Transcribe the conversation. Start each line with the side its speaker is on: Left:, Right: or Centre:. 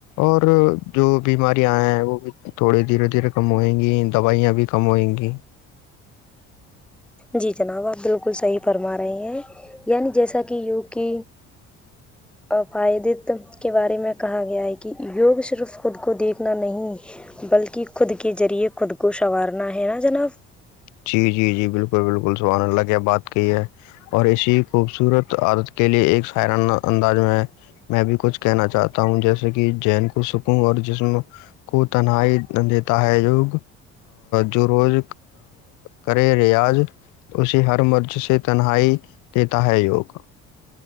Left: اور جو بیمارں آئے ہیں وہ بھی تھوڑے دھیرے دھیرے کم ہوئیں گی دوائیاں بھی کم ہوئیں گی
Centre: جی جناب آپ بالکل صحیح فرما رہے ہیں یعنی جیسا کہ یوگ کی اپائدت کے بارے میں کہا گیا ہے کہ یوگ صرف خود کو دیکھنا نہیں بلکہ خود کے ذریعے خود کو سنوارنا ہے نا جناب
Left: جی جی جی بالکل بالکل سوان لگے بات کی ہے اور اسی خوبصورت عادت کے لیے ایک سائران انداز میں میں بھی کچھ کہنا چاہتا ہوں جیسے کہ جین کو سکوں اور جسم کو تنہائی دیتا ہے جو جو روز کرے ریاض اسے ہر مرض سے تنہائی دیتا ہے یوگ